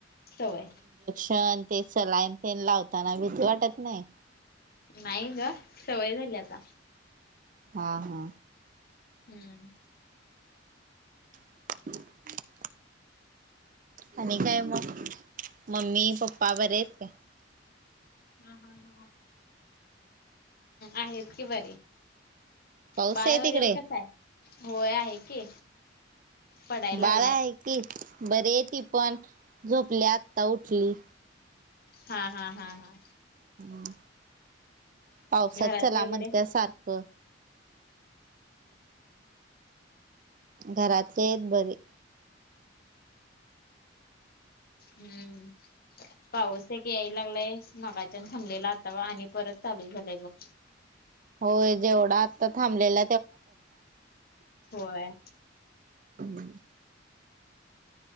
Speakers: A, on the left (about 55°); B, on the right (about 45°).
A: सवय.
B: क्षण ते सलाईन ते लावताना भीती वाटत नाही?
A: नाही ग सवय झाली आता.
B: हा हा.
A: हम्म.
B: ह. आणि काय मग मम्मी पप्पा बरे आहेत का?
A: हम्. आहेत की बरी.
B: पाऊस
A: बाळ
B: आहे तिकडे
A: वगैरे कस आहे? होय आहे की पडाय लागलाय.
B: बाळा आहे की बर आहे ती पण झोपली आत्ता उठली.
A: हा हा हा हा.
B: हम्म! पावसात
A: घरातले
B: चला
A: वगैरे
B: म्हण त्यासारखं. घरातले आहेत बरे.
A: हम्म पाऊस एक याय लागलाय मगाच्यान थांबलेला आतावा आणि परत. चालू झालंय मग.
B: होय जेवढा आता थांबल
A: होय.
B: हम्म!